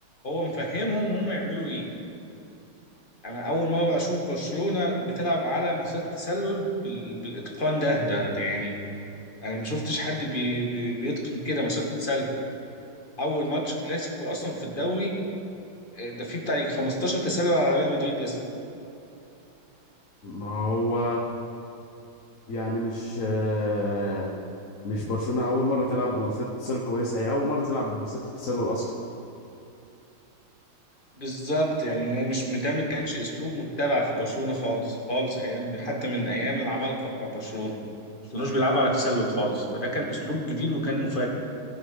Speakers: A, on the left; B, on the left.
A: هو مفهمهم هم يعملوا إيه أنا أول مرة أشوف برشلونة بتلعب على مسات تسلل بال- بالإتقان ده ده, ده يعني أنا ما شفتش حد بي بي بيتقن كده مسات تسلل أول ماتش كلاسيكو أصلا في الدوري آه، ده فيه بتاع 15 تسلل على ريال مدريد بس
B: ما هو يعني مش آه، مش برشلونة أول مرة تلعب بمنافسات اتصال كويسة هي أول مرة تلعب بمنافسات التسلل أصلا
A: بالظبط يعني إن هي مش ده ما كانش اسلوب متبع في برشلونه خالص خالص ايام حتى من ايام العمالقه بتاع برشلونه ما كانوش بيلعبوا على تسلل خالص فده كان اسلوب جديد وكان مفاجئ